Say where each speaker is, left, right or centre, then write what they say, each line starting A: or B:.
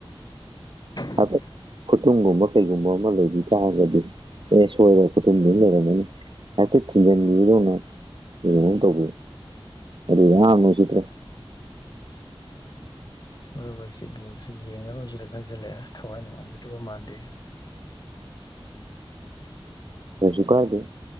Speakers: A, on the left (about 45°); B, on the right (about 55°).
A: <inaudible>
B: ꯍꯥꯏꯐꯦꯠ ꯈꯨꯇꯨꯝꯒꯨꯝꯕ ꯀꯩꯒꯨꯝꯕ ꯑꯃ ꯂꯩꯕꯤ ꯇꯥꯔꯒꯗꯤ ꯑꯦ ꯁꯣꯏꯔ ꯈꯨꯇꯨꯝꯗꯨꯅ ꯂꯩꯔꯝꯃꯅꯤ ꯑ ꯄꯤ ꯊꯤꯟꯖꯟꯕꯤꯗꯣꯅ ꯌꯦꯅ ꯇꯧꯒ ꯑꯗꯨ ꯃꯨꯁꯤꯗ꯭ꯔꯦ
A: ꯃꯔꯨꯕ ꯑꯩꯁꯦ ꯕꯣꯁꯤ ꯌꯦꯡꯉꯔꯣꯏꯁꯤꯗ ꯈꯟꯖꯤꯜꯂꯛꯑꯦ ꯊꯋꯥꯏ ꯅꯨꯡꯉꯥꯏꯒꯗꯕ ꯃꯥꯟꯗꯦ
B: ꯁꯁꯤ ꯀꯥꯏꯗꯦ